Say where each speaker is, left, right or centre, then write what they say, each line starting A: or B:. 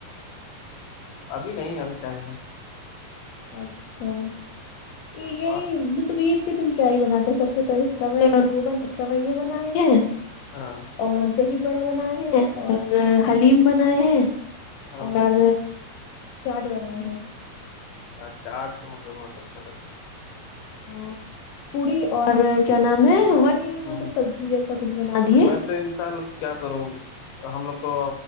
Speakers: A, on the left; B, on the left.
A: ابھی نہیں ابھی ٹائم ہے
B: اچھا یہ گ ہی
A: اور
B: مطبییر کے دن کیا ہی بناتا ہے سب سے پہلے س اور وہ سی بنائے ہیں
A: ہاں
B: اور دہی بڑا بنائے ہیں اور
A: ہاں
B: حلیم بنائے ہیں
A: ہاں
B: اور چاٹ برا ہے <inaudible>
A: ہ چاٹ تو مجھے بہت اچھا لگا
B: ہ پوڑی اور کیا نام ہے وہی
A: ہوں
B: مطلب
A: ہوں
B: سبزی جیسا کچھ بنا دیے
A: میں تو انسان کیا کروں ہم لوگ تو